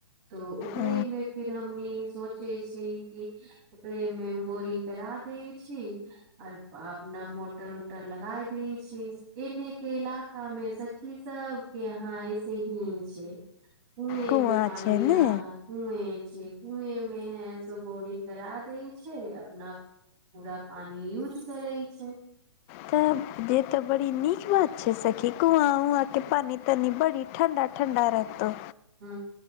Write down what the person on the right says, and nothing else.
तऽ ओकरे
मे फिर हमनी सोचे छै कि ओकरे मे बोरिंग करा देै छै आर अपना मोटर उटर लगा छै एने के इलाका मे सखी सब के यहा ऐसे ही छै कुएमे
पानि
हँ कुए छै कुए मे हैं से बोरिंग करा दै छै अपना पूरा पानी यूज करै छै
हू